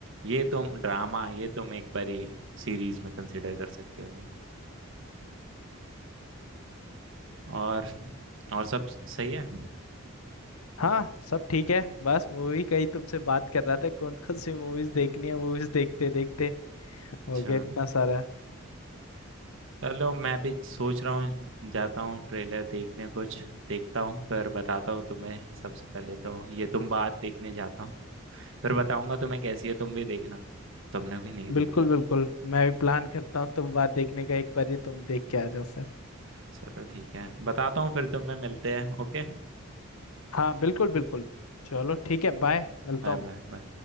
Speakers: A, on the right; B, on the left.
A: ये तुम ड्रामा ये तुम एक बारी सीरीज में कंसिडर कर सकते हो इन्हें और और सब सही है
B: हाँ सब ठीक है बस मूवी का ही तुमसे बात कर रहा था कौन कौन सी मूवीज देखनी है मूवीज देखते देखते
A: अच्छा
B: हो गया इतना सारा
A: चलो मैं भी सोच रहा हूँ जाता हूँ ट्रेलर देखने कुछ देखता हूँ फिर बताता हूँ तुम्हें सबसे पहले तो ये तुम बात देखने जाता हूँ फिर बताऊंगा तुम्हें कैसी है तुम भी देखना तुमने भी नहीं देखी
B: बिल्कुल
A: है
B: बिल्कुल मैं भी प्लान करता हूँ तुम बात देखने का एक बार ही तुम देख के आ जाओ फिर
A: चलो ठीक है बताता हूँ फिर तुम्हें मिलते हैं ओके
B: हाँ बिल्कुल बिल्कुल चलो ठीक है बाय मिलता
A: बाय
B: हूँ मैं
A: बाय बाय